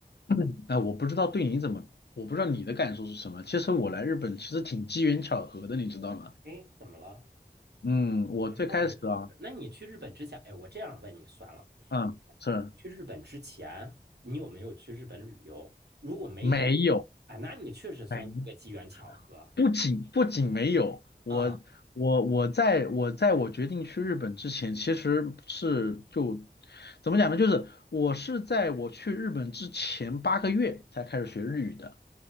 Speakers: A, on the left; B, on the right.
A: <clears throat>，哎，我不知道对你怎么，我不知道你的感受是什么。其实我来日本其实挺机缘巧合的，你知道吗？
B: 哎，怎么了？
A: 嗯，我最开始啊，
B: 有的时候我也是。那你去日本之前，哎，我这样问你算了。
A: 嗯，是
B: 去日本之前，你有没有去日本旅游？如果没有
A: 没有
B: 啊，那你确实算一个机缘巧合
A: 没不仅不仅没有，我我我在我在我决定去日本之前，
B: 啊，
A: 其实是就怎么讲呢？就是我是在我去日本之前八个月才开始学日语的，